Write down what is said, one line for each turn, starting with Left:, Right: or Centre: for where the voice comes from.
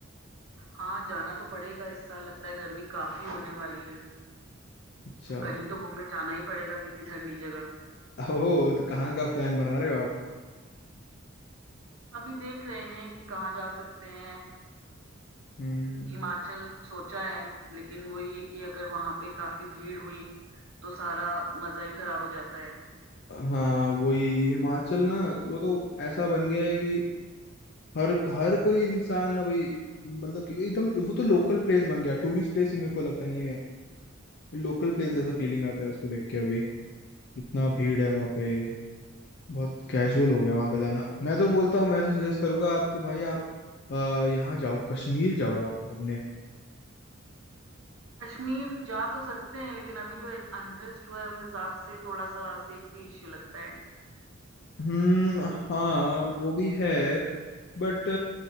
Right: हाँ जाना तो पड़ेगा इस साल लगता है गर्मी काफी होने वाली है
Left: अच्छा
Right: तो
Left: <laughs>
Right: कहीं तो घूमने जाना ही पड़ेगा किसी ठंडी जगह
Left: ओह तो कहाँ का प्लान बना रहे हो आप
Right: अभी देख रहे हैं कि कहाँ जा सकते हैं
Left: हम्म
Right: हिमाचल सोचा है लेकिन वही है कि अगर वहां पे काफी भीड़ हुई तो सारा मजा ही खराब हो जाता है
Left: हाँ वही हिमाचल ना वो तो ऐसा बन गया है कि हर हर कोई इंसान अभी मतलब कि एकदम वो तो लोकल प्लेस बन गया टूरिस्ट प्लेस भी मेरे को लगता नहीं है लोकल प्लेस
Right: हम्म
Left: जैसा फीलिंग आता है उसको देख के अभी इतना भीड़ है वहाँ पे बहुत कैजुअल हो गया वहां पे जाना मैं तो बोलता हूँ मैं तो सजेस्ट करूंगा आपको भाई आप आ, यहाँ जाओ कश्मीर जाओ आप घूमने
Right: कश्मीर जा तो सकते हैं लेकिन अभी जो अनरेस्ट हुआ है उस हिसाब से थोड़ा सा सेफ्टी इश्यू लगता है
Left: हम्म हाँ वो भी है बट